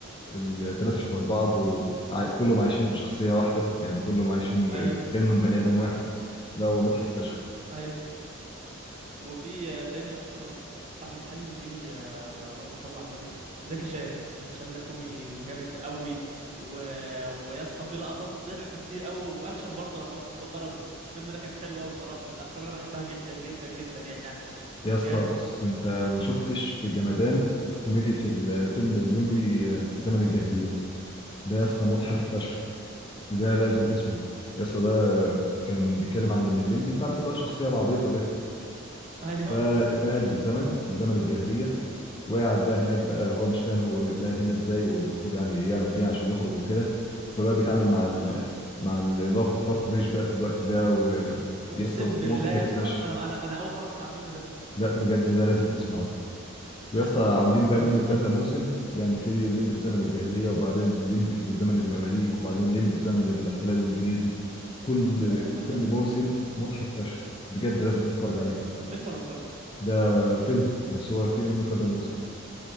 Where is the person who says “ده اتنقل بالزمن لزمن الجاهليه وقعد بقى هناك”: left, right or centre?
Left